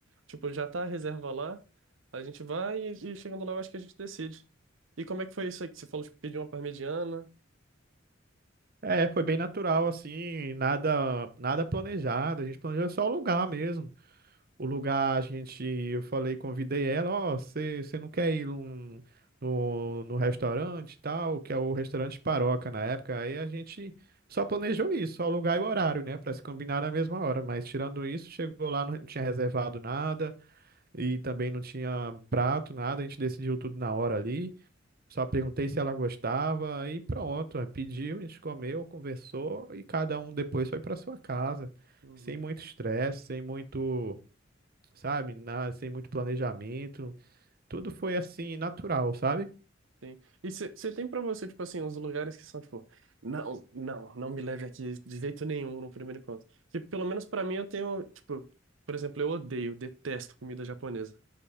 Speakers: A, on the right (about 75°); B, on the right (about 50°).
A: Tipo, já tá a reserva lá, a gente vai e, e chegando lá eu acho que a gente decide. E como é que foi isso aí que você falou, tipo, pedir uma parmegiana?
B: É, foi bem natural assim, nada nada planejado, a gente planejou só o lugar mesmo. o lugar, a gente, eu falei, convidei ela, ó, você você não quer ir num- no, no restaurante e tal, que é o restaurante Paroca na época, aí a gente só planejou isso, só o lugar e o horário, né, para se combinar na mesma hora, mas tirando isso, chegou lá, não tinha reservado nada e também não tinha prato, nada, a gente decidiu tudo na hora ali, só perguntei se ela gostava aí pronto, Aí pediu, a gente comeu, conversou e cada um depois foi para sua casa,
A: Uhum.
B: sem muito estresse, sem muito sabe? Na- sem muito planejamento. Tudo foi assim, natural, sabe?
A: Sim. E você tem pra você, tipo assim, uns lugares que são, tipo, não, não, não me leve aqui de jeito nenhum no primeiro encontro. Que pelo menos pra mim eu tenho, tipo, por exemplo, eu odeio, detesto comida japonesa.